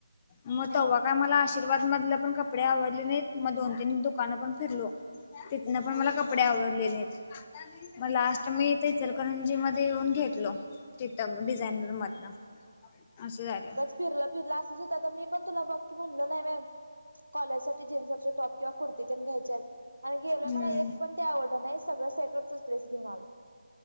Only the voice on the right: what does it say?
हा
हा
फिरल फिरल असच होत आता मी पण तुला बघ की म्हणलो नाही होय कॉलेज साठी जीन्सचे टॉप. किंवा कुर्ती तेन घ्यायच्यात आणि गेलोय
मला एक पण ते आवडलं नाही सगळं सेट वरचच ड्रेस घेऊन आलो.